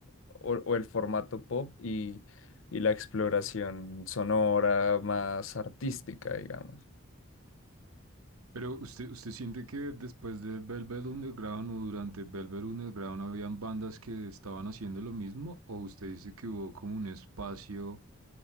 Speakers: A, on the left (about 65°); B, on the right (about 90°).
A: o, o el formato pop y, y la exploración sonora más artística, digamos.
B: Pero usted, usted siente que después de Velvet Underground o durante Velvet Underground habían bandas que estaban haciendo lo mismo, o usted dice que hubo como un espacio